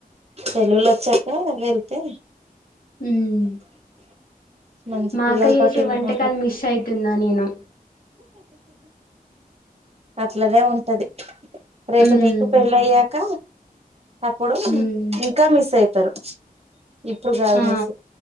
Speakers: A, on the right; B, on the left.
A: తెలుగుళ్ళ వచ్చాక వెళ్తే
B: <inaudible>
A: మంచి
B: మా
A: పిల్లలతోటి
B: అక్క చేసే
A: ఇవ
B: వంటకాలు
A: మా
B: మిస్ అయితున్నా నేను
A: అట్లనేే ఉంటది రేపు
B: హ్మ్
A: నీకు పెళ్ళయ్యాక అప్పుడు
B: హ్మ్
A: ఇంకా మిస్ అయితారు ఇప్పుడు గడ
B: ఆ
A: మస